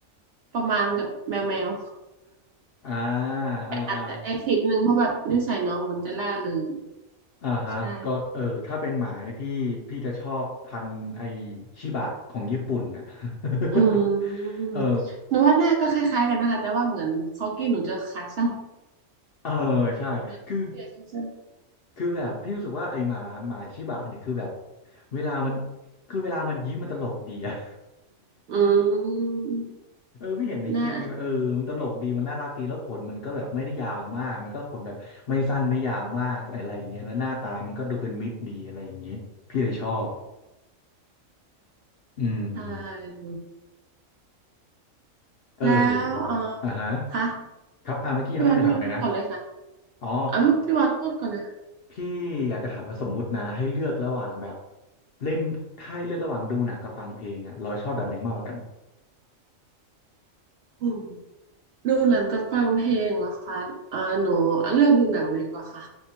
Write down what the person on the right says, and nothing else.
ประมาณกับแมวแมว
แต่อาจจะแอคทีฟนึงเพราะแบบนิสัยน้องเหมือนจะล่าเริง
ใช่
อื
ม
หนูว่าหน้าก็คล้ายๆกันนะคะแต่ว่าเหมือนคอกี้หนูจะขาสั้น
เหมือนเสื้อสั้น
ๆอืม
หน้า
อ่าน
แล้วเออ
คะ
พี่วานพี่วานพูดก่อนเลยค่ะ
อ่าพี่พี่วานพูดก่อนเลยค่ะ
อืมดูหนังกับฟังเพลงเหรอคะอ่าหนูเลือกดูหนังดีกว่าค่ะ